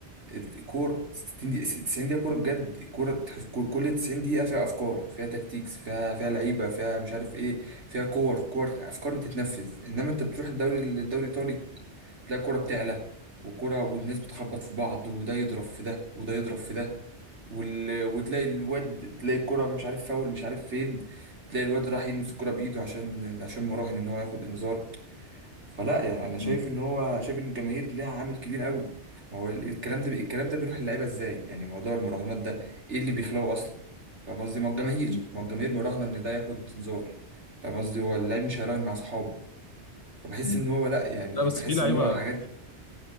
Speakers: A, on the right; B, on the left.
A: الكورة 60 دقيقة 90 دقيقة كورة بجد الكورة تحس- كل 90 دقيقة فيها أفكار فيها تكتيكس فيها فيها لعيبة فيها مش عارف إيه فيها كور كور أفكار بتتنفذ إنما أنت بتروح الدوري الدوري الإيطالي تلاقي الكورة بتعلى وكرة والناس بتخبط في بعض وده يضرب في ده وده يضرب في ده وال... وتلاقي الواد تلاقي الكرة مش عارف فاول مش عارف فين تلاقي الواد راح يلمس الكرة بإيده عشان عشان مراهن إن هو ياخد إنذار فلا يعني انا شايف
B: مم.
A: ان هو شايف ان الجماهير ليها عامل كبير قوي ما هو ال- الكلام ده الكلام ده بيروح للعيبه ازاي يعني موضوع المراهنات ده ايه اللي بيخلقه اصلا فاهم قصدي ما هو الجماهير
B: مم.
A: ما هو الجماهير مراهنه ان ده ياخد انذار فاهم قصدي هو اللاعب مش هيراهن مع اصحابه فبحس
B: مم.
A: ان هو لا يعني
B: لا بس
A: بحس
B: في لعيبه
A: ان هو حاجات